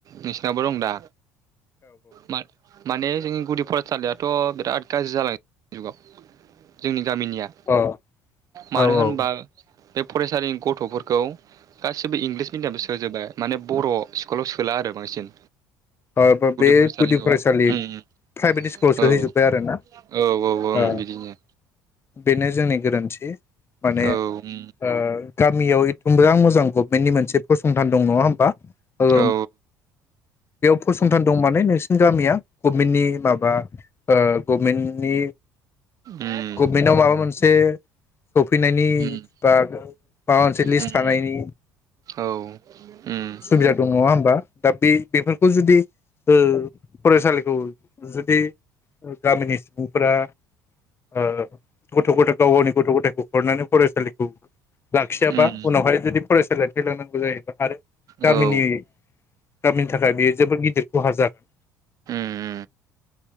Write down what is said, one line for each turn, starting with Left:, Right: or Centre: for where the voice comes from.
Right: नोंसिनावबो दं दा मा माने जोंनि गुदि फरायसालियाथ' बिराद गाज्रि जालां <unintelligible> जुगाव जोंनि गामिनिया
Left: ओ औ दङ
Right: मानो
Left: अ औ
Right: होनबा
Left: औ
Right: बे फरायसालिनि गथ'फोरखौ गासिबो इंलिस मिडियामाव सोजोबबाय। माने बर' स्कुलाव सो सोला आरो बांसिन
Left: ओ बो बे
Right: फरायसालिखौ
Left: गुदि फरायसालि
Right: उम
Left: प्राइभेट स्कुलाव सोहैजोब्बाय
Right: औ
Left: आरोना
Right: औ औ ओं
Left: ओ
Right: बिदिनो
Left: बेनो जोंनि गोरोन्थि। माने
Right: औ
Left: ओ
Right: उम
Left: गामियाव एकदम बेराथ मोजां गभनमेन्टनि मोनसेसंथान दं नंङा होनोमबा? ओम
Right: औ
Left: फसंथान दं माने नोंसिनि गामिया गभमेन्टनि माबा ओ गभमेन्टनि
Right: उम
Left: गभमेन्टाव माबा मोनसे सफैनायनि
Right: उम
Left: बा माबा मोनसे लिस्ट
Right: उम
Left: थानायनि
Right: औ उम उम
Left: सुबिदा
Right: औ उम
Left: दं नंङा होमबा? दा बे बेफोर खौ जुदि ओ फरायसालिखौ जुदि गामिनि सुबुंफोरा ओ गथ' गथाय गाव गावनि गथ'गथायखौ हरनानै फरायसालिखौ लाखियाबा
Right: उम
Left: उनावहाय जुदि फरायसालिया थैलांनांगौ जायोबब्ला आरो गामिनि
Right: औ
Left: गामिनि थाखाय बेयो गिदिर खहा जागोन।
Right: उम